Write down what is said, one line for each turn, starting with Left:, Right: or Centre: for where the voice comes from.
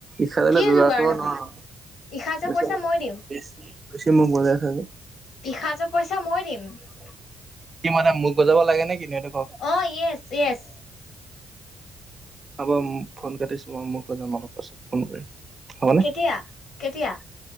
Right: ইখা
Left: কি
Right: দলে যোগাৰ কৰিব
Left: নহয়?
Right: নোৱাৰো
Left: ইসাঁজৰ
Right: ব
Left: পইচা মই দিম।
Right: বেছ বেছি মোক বজাই থাকে
Left: ইখাাজৰ পইচা মই দিম <unintelligible>
Right: কি মানে মোক গজাব লাগে নে সেইটো ক।
Left: অ' য়েছ য়েছ।
Right: হ'ব ফোন কাটিছোঁ। <unintelligible> মই মোকো যাম অলপ পাছত ফোন কৰিম হ'বনে
Left: কেতিয়া, কেতিয়া।